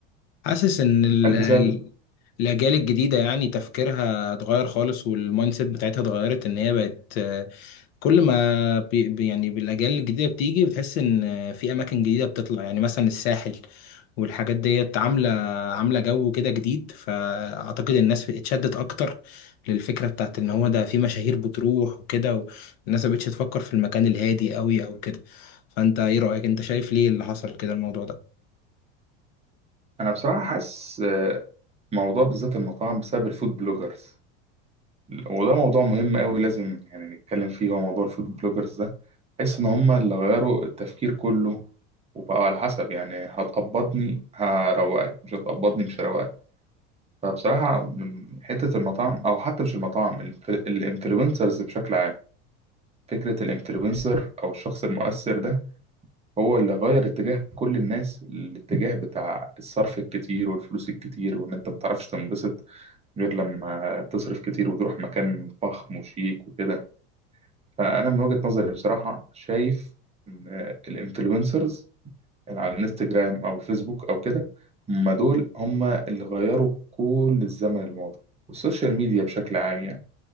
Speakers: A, on the left (about 70°); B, on the right (about 20°).
A: حاسس ان ال-
B: هل بسبب
A: ال- الاجيال الجديده يعني تفكيرها اتغير خالص والمايند سيت بتاعتها اتغيرت ان هي بقت آه، كل ما بي بي- يعني بالاجيال الجديده بتيجي بتحس ان آه، في اماكن جديده بتطلع يعني مثلا الساحل والحاجات ديت عامله عامله جو كده جديد فاعتقد الناس اتشدت اكتر للفكره بتاعت ان هو ده في مشاهير بتروح وكده والناس مبقتش تفكر في المكان الهادي قوي او كده فانت ايه رايك انت شايف ليه اللي حصل كده الموضوع ده
B: انا بصراحة حاسس آه، موضوع بالذات المطاعم بسبب الفود بلوجرز وده موضوع مهم قوي لازم يعني نتكلم فيه هو موضوع الفود بلوجرز ده بحس ان هم اللي غيروا التفكير كله وبقوا على حسب يعني هتقبضني هروقك مش هتقبضني مش هروقك فبصراحة من حتة المطاعم أو حتى مش المطاعم الانفلونسرز بشكل عام فكرة الانفلونسر أو الشخص المؤثر ده هو اللي غير اتجاه كل الناس الاتجاه بتاع الصرف الكتير والفلوس الكتير وإن أنت متعرفش تنبسط غير لما تصرف كتير وتروح مكان فخم وشيك وكده فأنا من وجهة نظري بصراحة شايف إن الانفلونسرز اللي على الانستجرام أو الفيسبوك أو كده هم دول هم اللي غيروا كل الزمن الماضي والسوشيال ميديا بشكل عام يعني